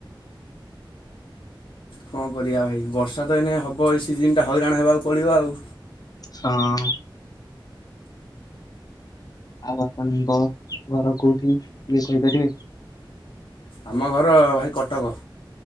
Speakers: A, on the left (about 85°); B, on the left (about 45°).
A: କଣ କରିବା ଭାଇ ବର୍ଷା ତ ଏଇନେ ହବ ଏଇ ସିଜିନଟା ହଇରାଣ ହେବାକୁ ପଡ଼ିବ ଆଉ।
B: ହଁ। ଆଉ ଆପଣଙ୍କ ଘର କୋଉଠି ଟିକେ କହିପାରିବେ?
A: ଆମ ଘର ଭାଇ କଟକ।